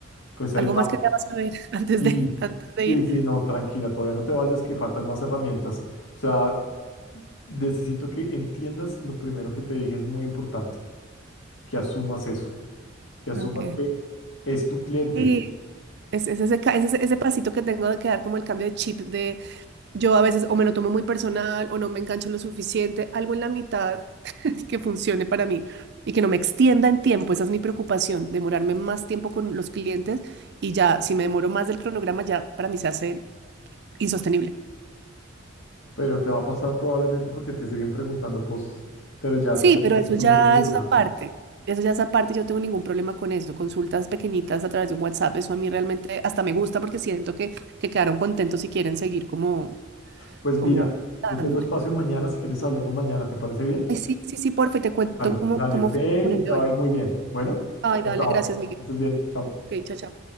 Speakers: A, on the left; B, on the right.
A: Pues ahí
B: ¿Algo
A: vamos.
B: más que debas saber <laughs> antes
A: Sí,
B: de, antes de
A: sí,
B: ir?
A: sí, no, tranquila, todavía no te vayas, que faltan más herramientas. O sea, necesito que entiendas lo primero que te dije, es muy importante. que asumas eso, que asumas
B: Okay.
A: que es tu cliente,
B: Sí, es, es ese, ca- es ese, ese pasito que tengo de quedar como el cambio de chip de yo a veces o me lo tomo muy personal o no me engancho lo suficiente, algo en la mitad que funcione para mí y que no me extienda en tiempo. Esa es mi preocupación, demorarme más tiempo con los clientes y ya, si me demoro más del cronograma, ya para mí se hace insostenible.
A: pero te va a pasar probablemente porque te siguen preguntando cosas, pero ya
B: Sí,
A: tú tienes
B: pero eso
A: que asumir
B: ya
A: desde
B: es
A: ya.
B: aparte. Eso ya es aparte, yo no tengo ningún problema con eso. Consultas pequeñitas a través de un WhatsApp, eso a mí realmente hasta me gusta porque siento que, que quedaron contentos y quieren seguir como,
A: Pues
B: como
A: mira, yo
B: dándome.
A: tengo espacio mañana, si quieres hablemos mañana, ¿te parece bien?
B: Ay, sí, sí, sí, porfa, y te cuento
A: Dale,
B: cómo,
A: dale,
B: cómo
A: ve
B: fue la reunión
A: y te
B: de
A: va
B: hoy.
A: a ir muy bien. Bueno,
B: Ay,
A: chao,
B: dale,
A: chao.
B: gracias, Miguel.
A: Que estés bien, chao.
B: Ok, chao, chao.